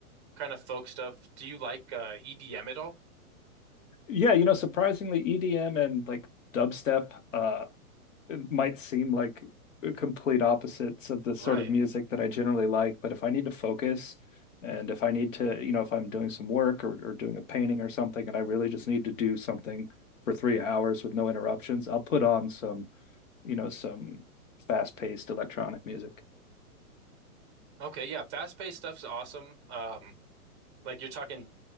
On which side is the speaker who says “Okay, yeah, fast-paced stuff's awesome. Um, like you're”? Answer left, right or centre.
Right